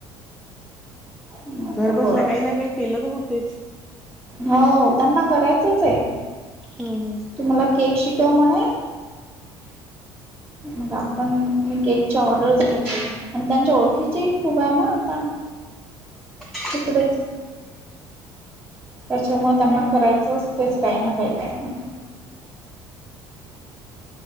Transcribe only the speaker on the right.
म्हटलं
बर
हो त्यांना करायचंच आहे.
तु मला केक शिकव म्हणे मग आपण मी केकच्या ऑर्डर्स घेते आणि त्यांच्या ओळखीच्या ही खूप आहे ना आता
तिकडे त्याच्यामुळे त्यांना करायचं असतेच काय ना काय काय ना काय